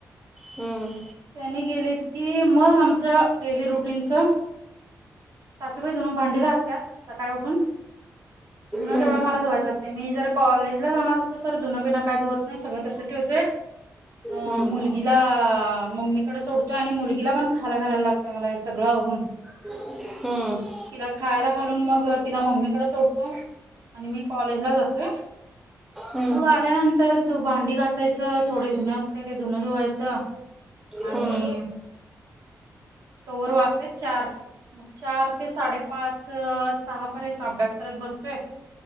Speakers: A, in the centre; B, on the right.
A: हम्म.
B: त्यांनी गेलेत की, मग आमच डेली रुटीनचं सासुबाई धून भांडी घासतात, सकाळी उठून धुनं
A: हम्म
B: तेवढं मला धुवायच असतंय, मी जर कॉलेजला जाणार असेल तर धुणं बिना काही धुवत नाही, सगळं तसंच ठेवतोय. अ
A: हम्म
B: मुलगीला मम्मी तिकडं सोडतो आणि मुलगीला पण खायला घालायला लागतं मला हे सगळं आवरून.
A: <inaudible> हम्म.
B: तिला खायला घालून मग तिला मम्मीकडे सोडतो आणि मी कॉलेजला जातोय.
A: हम्
B: मग आल्यानंतर तो भांडी घासायचं, थोडे धुनं असतंय ते धुनं धुवायचं. आणि
A: हम्म
B: तोवर वाचतेत चार. मग चार ते साडेपाच, सहापर्यंत अभ्यास करत बसतंय.